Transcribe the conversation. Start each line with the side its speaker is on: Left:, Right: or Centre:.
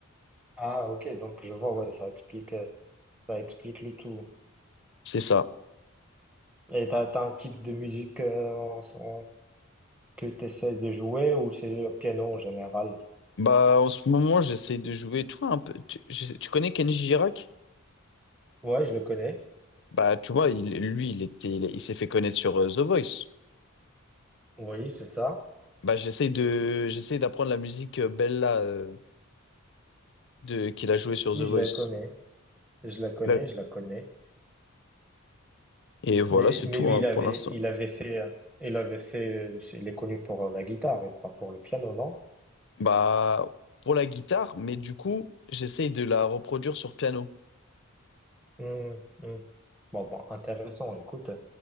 Centre: Ah, ok. Donc, je vois, ouais, ça explique, euh, ça explique le tout.
Left: C'est ça.
Centre: Et t'as, t'as un type de musique euh, en- en- que tu essaies de jouer ou c'est le piano en général?
Left: Bah, en ce moment, j'essaie de jouer, tu vois, un peu. Tu, je sais- tu connais Kenji Girac?
Centre: Ouais, je le connais.
Left: Bah, tu vois, il, lui, il était, il, il s'est fait connaître sur euh, The Voice.
Centre: Oui, c'est ça.
Left: Bah, j'essaie de, j'essaie d'apprendre la musique euh, Bella euh, de, qu'il a joué sur
Centre: Oui,
Left: The Voice.
Centre: je la connais. Je la connais,
Left: Là.
Centre: je la connais.
Left: Et voilà,
Centre: Mais,
Left: c'est
Centre: mais
Left: tout
Centre: lui,
Left: hein,
Centre: il
Left: pour
Centre: avait,
Left: l'instant.
Centre: il avait fait, euh, il avait fait, euh, c'est- il est connu pour euh, la guitare et pas pour le piano, non?
Left: Bah, pour la guitare, mais du coup, j'essaie de la reproduire sur piano.
Centre: Hum, hum. Bon, bon, intéressant. Écoute,